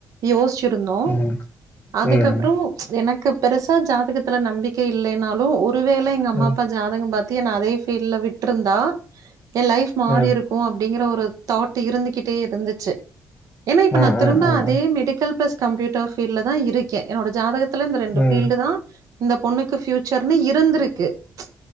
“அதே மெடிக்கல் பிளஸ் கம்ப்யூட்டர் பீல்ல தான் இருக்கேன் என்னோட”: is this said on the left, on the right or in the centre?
Right